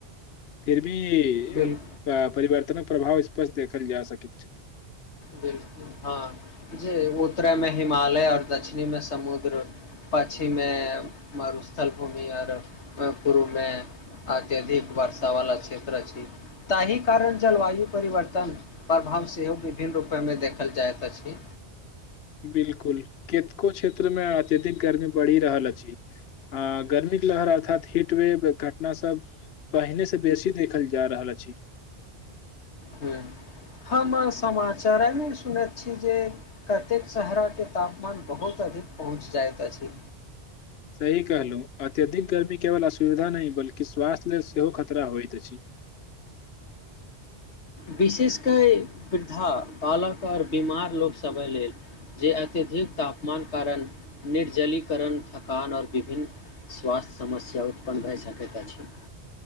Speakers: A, on the left; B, on the left.
A: फि की
B: बिल
A: परिवर्तनक प्रभाव स्पष्ट देखल जा सकइ छथ
B: बिलकुल हां जी उत्तरेमे हिमालय आर दक्षिणीमे समुद्र पाछीमे मारुस्थल भूमि आर पूर्वमे अत्यधिक वर्षा वला क्षेत्र अछि ताहि कारण जलवायु परिवर्तन हम सेहो विभिन्न रूपेमे देखल जाइत अछि
A: बिलकुल कतको क्षेत्र मे अत्यधिक गर्मी बढ़ि रहल अछि आ गर्मी लहर अर्थात हीट वेव घटना सब पहिने से बेसी देखल जा रहल अछि <inaudible>
B: हूंअ् हम समाचारमे सुने छी जे कतेक शहराके तापमान बहुत अधिक पहुँच जाइत अछि
A: सही कहलौं अत्यधिक गर्मी केवल असुविधा नहि बल्कि स्वास्थ्य लेल सेहो खतरा होइत अछि <inaudible>
B: विशेषकर वृद्धा बालक और बीमार लोकसभे लेल जे अत्यधिक तापमान कारण निर्जलीकरण थकानऔर विभिन्न स्वास्थ्य समस्या उत्पन्न भए सकैत अछि